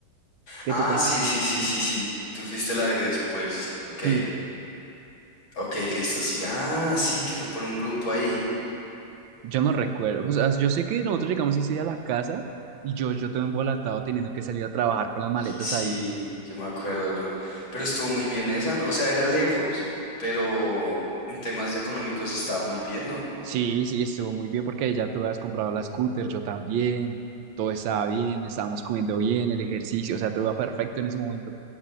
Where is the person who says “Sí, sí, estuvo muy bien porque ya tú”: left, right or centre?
Right